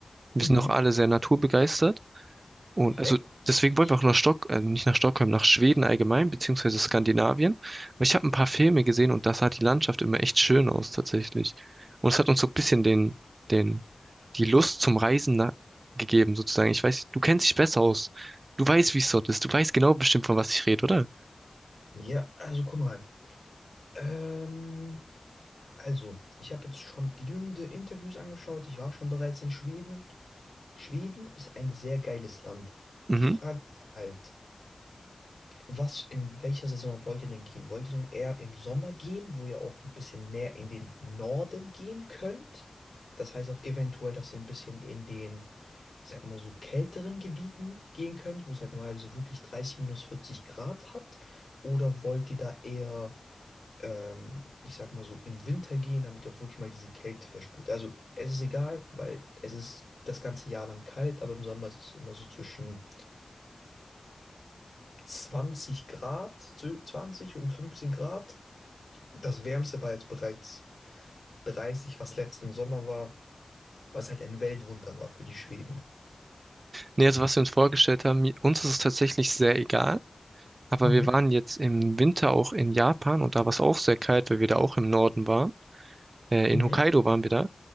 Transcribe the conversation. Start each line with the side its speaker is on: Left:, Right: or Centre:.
Right: Wir
Left: Mhm,
Right: sind auch alle sehr naturbegeistert. Und
Left: perfekt.
Right: also deswegen
Left: Ich?
Right: wollen wir auch nach Stock, äh, nicht nach Stockholm, nach Schweden allgemein, beziehungsweise Skandinavien. Weil ich habe ein paar Filme gesehen und da sah die Landschaft immer echt schön aus tatsächlich. Und es hat uns so ein bisschen den, den, die Lust zum Reisen na- gegeben, sozusagen. Ich weiß, du kennst dich besser aus. Du weißt, wie es dort ist. Du weißt genau bestimmt, von was ich rede, oder?
Left: Ja, also guck mal. Ähm, also, ich habe jetzt schon genügende Interviews angeschaut. Ich war schon bereits in Schweden. Schweden ist ein sehr geiles Land.
Right: Mhm.
Left: Die Frage ist halt, was, in welcher Saison wollt ihr denn gehen? Wollt ihr denn eher im Sommer gehen, wo ihr auch ein bisschen mehr in den Norden gehen könnt? Das heißt auch eventuell, dass ihr ein bisschen in den, ich sag mal so, kälteren Gebieten gehen könnt, wo es halt normalerweise wirklich 30 minus 40 Grad hat. Oder wollt ihr da eher ähm, ich sag mal so, im Winter gehen, damit ihr auch wirklich mal diese Kälte verspürt. Also es ist egal, weil es ist das ganze Jahr lang kalt, aber im Sommer ist es immer so zwischen 20 Grad, zw- 20 und 15 Grad. Das Wärmste war jetzt bereits 30, was letzten Sommer war, was halt ein Weltwunder war für die Schweden.
Right: Nee, also was wir uns vorgestellt haben, mi- uns ist es tatsächlich sehr egal. Aber
Left: Mhm,
Right: wir waren jetzt im Winter auch in Japan und da war es auch sehr kalt, weil wir da auch im Norden waren. Äh,
Left: mhm,
Right: in Hokkaido waren wir da.